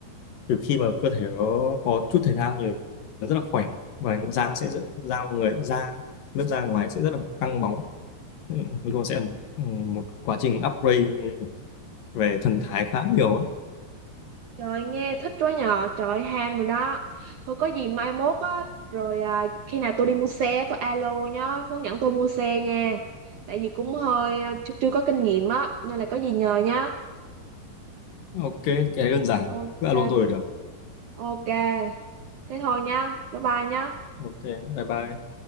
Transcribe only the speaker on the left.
từ khi mà cơ thể nó có chút thể thao nhiều nó rất là khỏe và dáng sẽ rất- da người da lớp da ngoài sẽ rất là căng bóng Ừ, nói chung là sẽ là một, một quá trình upgrade về thần thái khá nhiều á
ok cái đơn giản
cứ alo tôi là được
ok bye bye